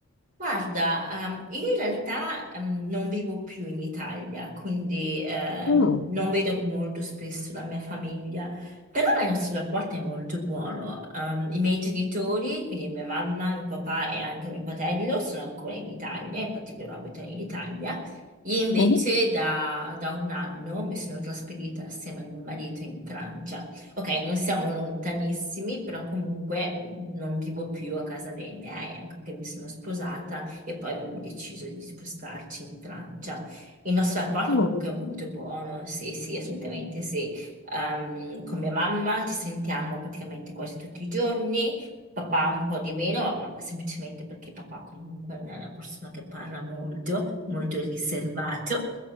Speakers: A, on the right; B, on the left.
A: Guarda, ehm, io in realtà ehm, non vivo più in Italia, quindi ehm,
B: Mm,
A: non vedo molto spesso la mia famiglia, però il nostro rapporto è molto buono. Ehm, i miei genitori, quindi mia mamma, mio papà e anche mio fratello, sono ancora in Italia, infatti loro abitano in Italia. Io invece
B: mhm,
A: da, da un anno mi sono trasferita assieme a mio marito in Francia. Ok, non siamo lontanissimi, però comunque mhmm, non vivo più a casa dei miei, anche perché mi sono sposata e poi abbiamo deciso di spostarci in Francia. Il nostro rapporto
B: mm,
A: comunque è molto buono, sì, sì, assolutamente sì. Ehm, con mia mamma ci sentiamo praticamente quasi tutti i giorni, papà un po' di meno, ma semplicemente perché papà comunque non è una persona che parla molto, molto riservato.